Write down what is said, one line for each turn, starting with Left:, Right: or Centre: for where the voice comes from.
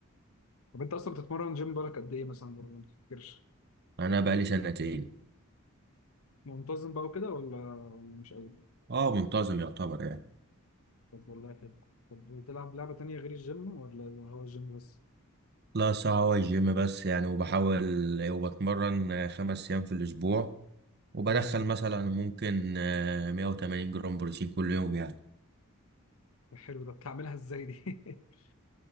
Left: طب انت اصلا بتتمرن جيم بالك قد ايه مثلا ولا ما بتفكرش
Right: انا بقالي سنتين
Left: منتظم بقى وكده ولا ولا مش قوي
Right: اه منتظم يعتبر يعني
Left: طب والله حلو طب بتلعب لعبه تانية غير الجيم ولا هو الجيم بس
Right: لا ساعة والجيم بس يعني وبحاول وبتمرن خمس أيام في الأسبوع وبدخل
Left: امم
Right: مثلا ممكن آه، مية وتمانين جرام بروتين كل يوم يعني
Left: حلو ده بتعملها ازاي دي <laughs>